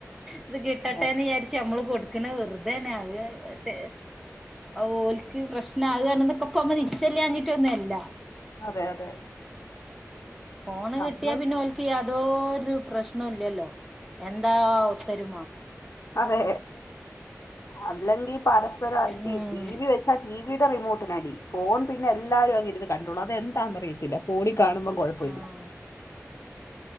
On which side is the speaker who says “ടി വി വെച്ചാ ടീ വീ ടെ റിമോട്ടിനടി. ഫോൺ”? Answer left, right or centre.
Left